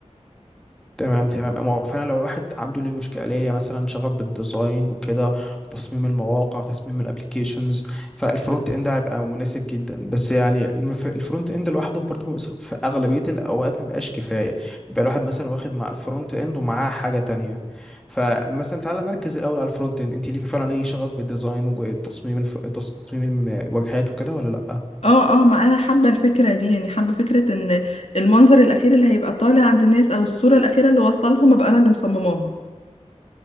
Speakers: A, in the centre; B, on the left (about 65°).
A: تمام تمام أما هو فعلا لو الواحد عنده ليه مشكله ليه مثلا شغف بالديزاين وكده وتصميم المواقع تصميم الابلكيشنز فالفرونت اند هيبقى مناسب جدا بس يعني المف- الفرونت اند لوحده برضه في اغلبيه الاوقات ما بيبقاش كفايه بيبقى الواحد مثلا واخد مع الفرونت اند ومعاه حاجه تانية فمثلا تعالى نركز الاول على الفرونت اند انت ليكي فعلا ليه شغف بالديزاين وتصميم الف... تصميم الواجهات وكده ولا لا
B: اه اه ما انا حابه الفكره دي يعني حابه فكره ان المنظر الاخير اللي هيبقى طالع عند الناس او الصوره الاخيره اللي واصله لهم ابقى انا اللي مصمماها